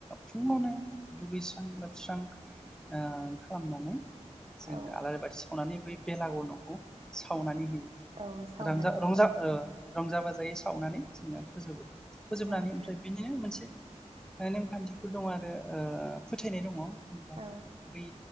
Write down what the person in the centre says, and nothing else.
फुंङावनो दुगैस्रां लोबस्रां ओ खालामनानै जोंङो
आलारि बाथि सावनानै बै बेलागर नखौ सावनानै होयो।
रांजा रंजा ओ रंजा बाजायै सावनानै जोंङो फोजोबो फोजोबनानै
ओमफ्राय बिनिनो मोनसे ओ नेमखान्थिफोर दं आरो फोथायनाय दंङ। जेनेबा
बै